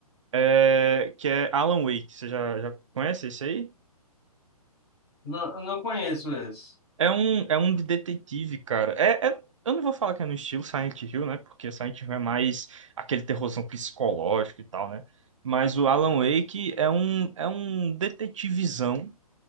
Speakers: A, on the right; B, on the left.
A: é, que é Alan Wake. Você já, já conhece esse aí?
B: Não, eu não conheço esse.
A: É um, é um de detetive, cara. É, é- eu não vou falar que é no estilo Silent Hill, né? Porque Silent Hill é mais aquele terrorzão psicológico e tal, né? Mas o Alan Wake é um, é um detetivizão